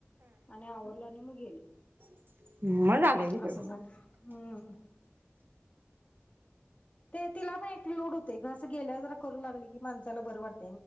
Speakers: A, on the left; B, on the right.
A: आणि आवरल आणि मग गेलो
B: <unintelligible> आलेय
A: असं
B: की
A: झालं हम्म ते तिला पण एक लोड ते <unintelligible> गेल्या जरा करू लागले की माणसाला बर वाटत